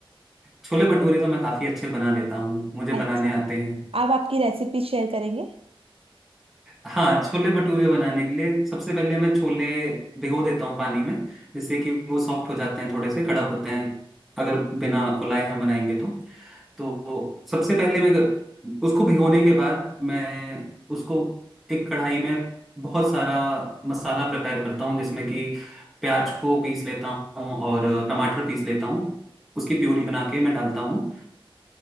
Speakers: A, in the centre; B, on the right.
A: छोले भटूरे तो मैं काफ़ी अच्छे बना लेता हूँ मुझे
B: अच्छा
A: बनाने आते हैं
B: आप आपकी रेसिपी शेयर करेंगे
A: हाँ छोले भटूरे बनाने के लिए सबसे पहले मैं छोले भिगो देता हूँ पानी में जिससे कि वो सॉफ्ट हो जाते हैं थोड़े से कड़क होते हैं अगर बिना फुलाए हम बनाएंगे तो तो सबसे पहले मैं उसको भिगोने के बाद मैं उसको एक कढ़ाई में बहुत सारा मसाला प्रिपेयर करता हूँ जिसमें कि प्याज को पीस लेता हूँ और टमाटर पीस लेता हूँ उसकी प्यूरी बना के मैं डालता हूँ